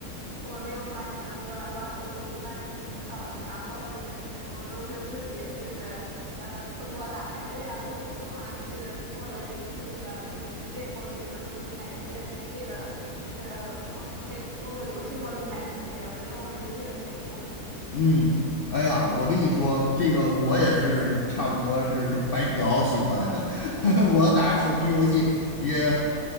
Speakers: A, on the right; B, on the left.
A: 我没有花钱，我玩手游一般是零氪玩家，包括原神，我都是自己就是呃通过打排位啊、做活动啊，去获得游戏内的就是免费货币，然后去买一些免费的，就是通可以通过游戏货币买的那些不用人民币的皮肤。
B: 嗯，哎呀，我跟你说，这个我也是差不多是白嫖喜欢 <laughs>，我打手机游戏也
A: 嗯